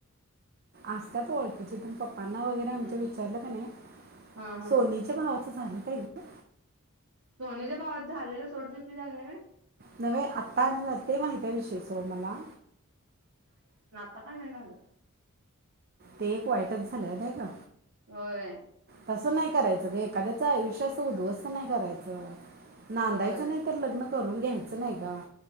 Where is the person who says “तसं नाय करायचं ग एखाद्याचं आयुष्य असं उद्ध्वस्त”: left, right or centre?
Right